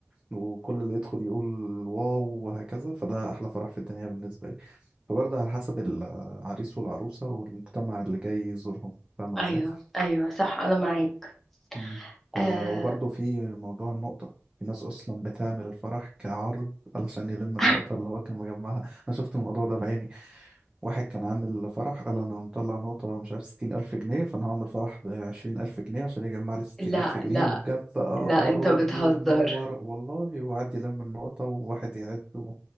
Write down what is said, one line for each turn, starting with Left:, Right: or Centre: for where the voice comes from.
Right: وكل اللي يدخل يقول واو وهكذا فده احلى فرح في الدنيا بالنسبه لي فبرضه على حسب العريس والعروسه والمجتمع اللي جاي يزورهم فاهمه
Centre: ايوه
Right: ازاي
Centre: ايوه صح انا معاك
Right: مم. ف...
Centre: آه
Right: وبرضه في موضوع النقطه في ناس اصلا بتعمل الفرح كعرض علشان يلم النقطه
Centre: <laughs>
Right: اللي هو كان مجمعها انا شفت الموضوع ده بعيني واحد كان عامل فرح قال انا مطلع نقطة مش عارف ستين ألف جنيه فانا هعمل فرح بعشرين ألف جنيه عشان يجمع لي ستين
Centre: لا
Right: ألف جنيه
Centre: لا
Right: وجاب بقى
Centre: لا
Right: أراضي
Centre: انت بتهزر
Right: ومنور والله وقعد يلم النقطة وواحد يعد و...